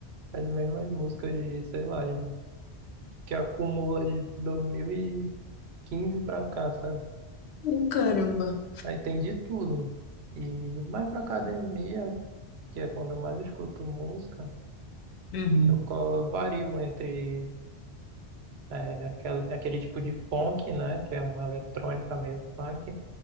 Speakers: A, on the right (about 75°); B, on the left (about 80°).
A: as mesmas músicas, de, sei lá, de- que acumula de 2015 pra cá, sabe?
B: Ô, caramba.
A: Aí tem de tudo. E mais pra academia, que é quando eu mais escuto música,
B: Uhum.
A: eu co- vario entre é, aquele, aquele tipo de funk, né? Que é uma eletrônica meio funk,